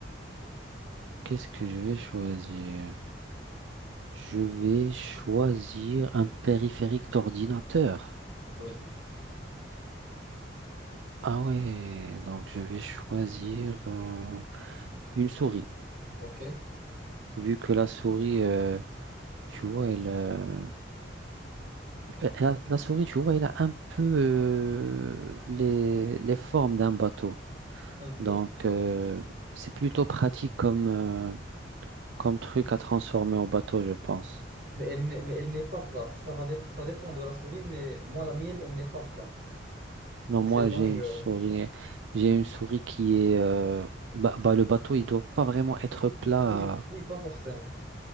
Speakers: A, on the right; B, on the right.
A: qu'est-ce que je vais choisir? Je vais choisir un périphérique d'ordinateur.
B: oui.
A: Ah ouais, donc je vais choisir euh, une souris.
B: OK.
A: Vu que la souris, euh, tu vois, elle, euh, elle a- la souris, tu vois, elle a un peu euh, les, les formes d'un bateau.
B: Un peu,
A: Donc
B: oui.
A: euh, c'est plutôt pratique comme, euh, comme truc à transformer au bateau, je pense.
B: Mais elle n'est, mais elle n'est pas plate. Ça va dép- ça dépend de la souris, mais moi, la mienne, elle n'est pas plate.
A: Non,
B: Donc,
A: moi
B: c'est dangereux.
A: j'ai une souris, j'ai une souris qui est, euh, bah, bah, le bateau, il doit pas vraiment être plat.
B: Oui, oui, pas forcément.